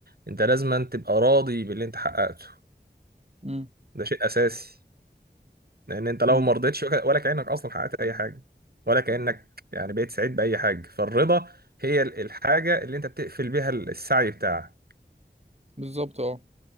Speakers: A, on the right (about 60°); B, on the right (about 35°).
A: انت لازم أن تبقى راضي باللي انت حققته
B: امم
A: ده شيء اساسي لان انت لو
B: امم
A: ما رضيتش ولا كانك اصلا حققت اي حاجه ولا كانك يعني بقيت سعيد باي حاجه فالرضا هي ال- الحاجه اللي انت بتقفل بيها السعي بتاعك
B: بالظبط اه